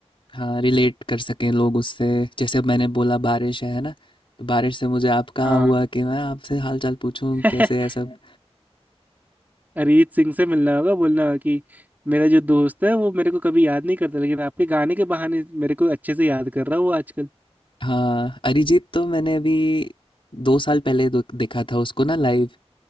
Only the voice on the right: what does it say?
हाँ
<laughs>
अरिजीत सिंह से मिलना होगा बोलना होगा कि मेरा जो दोस्त है वो मेरे को कभी याद नहीं करता लेकिन आपके गाने के बहाने मेरे को अच्छे से याद कर रहा है वो आजकल